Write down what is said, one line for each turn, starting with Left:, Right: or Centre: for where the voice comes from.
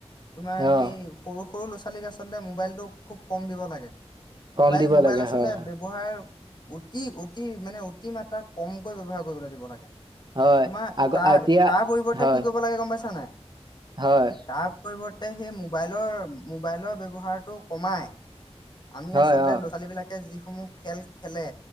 Left: তোমাৰ
Right: অ
Left: সেই সৰু সৰু ল' ছোৱালীক আচলতে মোবাইলটো খুব কম দিব লাগে।
Right: কম
Left: মোবাইল,
Right: দিব
Left: মোবাইল
Right: লাগে
Left: আচলতে
Right: হয় হয়
Left: ব্যৱহাৰ অতি, অতি মানে অতি মাত্ৰাত কমকৈ ব্যৱহাৰ কৰিবলৈ দিব লাগে।
Right: হয়
Left: তোমাৰ
Right: আগ
Left: তাৰ
Right: এতিয়া
Left: তাৰ পৰিৱৰ্তে
Right: হয়
Left: কি কৰিব লাগে গম পাইছা নাই।
Right: হয়
Left: তাৰ পৰিৱৰ্তে সেই মোবাইলৰ, মোবাইলৰ বয় ব্যৱহাৰটো কমাই আমি
Right: হয়
Left: আছ <unintelligible>
Right: অ
Left: যিসমূহ খেল খেলে